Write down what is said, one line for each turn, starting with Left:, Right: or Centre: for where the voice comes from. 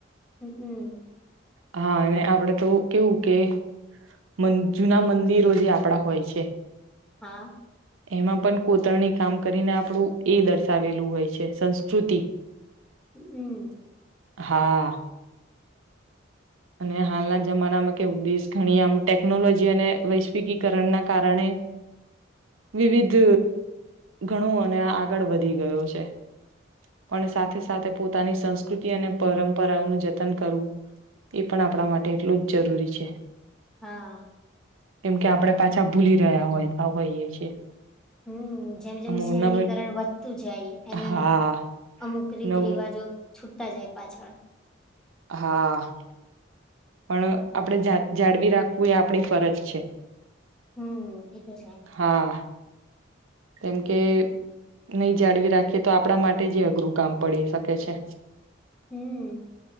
Centre: હમ હમ.
Right: હા અવે આપડે તો કેવું કે મં જુના મંદિરો જે આપડા હોય. છે.
Centre: હા.
Right: એમાં પણ કોતરની કામ કરીને આપડુ એ દર્શાવેલું હોય છે સંસ્કૃતિ.
Centre: હમ.
Right: હા. અને હાલના જમાનામાં કેવું દેશ ઘણી આમ ટેકનોલોજી અને વૈશ્વિકીકરણના કારણે વિવિધ ઘણો અને આગળ વધી ગયો છે પણ સાથે સાથે પોતાની સંસ્કૃતિ અને પરંપરાઓનું જતન કરવું. એ પણ આપડા માટે એટલું જ જરૂરી છે.
Centre: હા.
Right: કેમ કે આપડે પાછા ભૂલી રહ્યા હોય હોઈએ છીએ.
Centre: હમ જેમ જેમ
Right: અમુક
Centre: શહેરીકરણ
Right: નવ
Centre: વધતું જાય એમ
Right: હા
Centre: એમ અમુક રીત
Right: નવું
Centre: રિવાજો છૂપતા જાય પાછળ.
Right: હા. પણ આપડે જા જાળવી રાખવું એ આપડી ફરજ છે.
Centre: હમ એ તો છે.
Right: હા કેમ કે નઈ જાળવી રાખીએ તો આપડા માટે જે અઘરું કામ પડી શકે છે.
Centre: હમ.